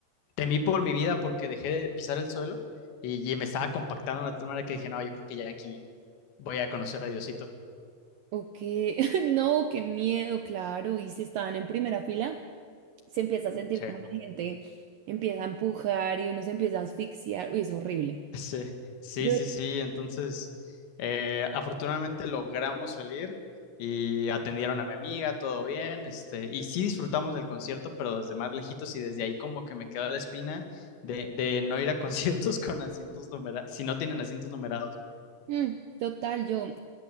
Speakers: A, on the left; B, on the right.
A: temí por mi vida porque dejé de pisar el suelo y, y me estaba compactando de tal manera que dije, no, yo creo que ya aquí voy a conocer a Diosito.
B: O qué, <laughs> no, qué miedo, claro. Y si estaban en primera fila, se empieza a sentir
A: Sí.
B: como la gente empieza a empujar y uno se empieza a asfixiar. Uy, es horrible.
A: <laughs> Sí, sí,
B: Yo,
A: sí, sí. Entonces, eh, afortunadamente logramos salir y atendieron a mi amiga, todo bien, este, y sí disfrutamos del concierto, pero desde más lejitos y desde ahí como que me quedó la espina de, de no ir a <laughs> conciertos con asientos numerados, si no tienen asientos numerados.
B: mm, total, yo